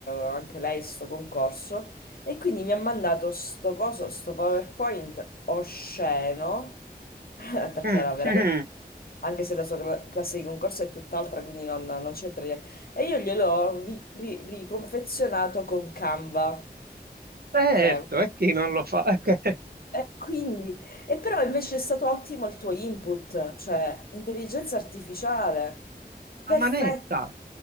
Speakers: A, on the left; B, on the right.
A: anche lei sto concorso e quindi mi ha mandato sto coso, sto PowerPoint osceno, <laughs> perché
B: Mm,
A: era veramente...
B: mm.
A: Anche se la sua cla- classe di concorso è tutt'altra, quindi non, non c'entra niente. E io gliel'ho ri- ri- riconfezionato con Canva,
B: Certo,
A: che
B: e chi non lo fa? <laughs>
A: eh, quindi, e però invece è stato ottimo il tuo input, cioè intelligenza artificiale, perfetto,
B: A manetta,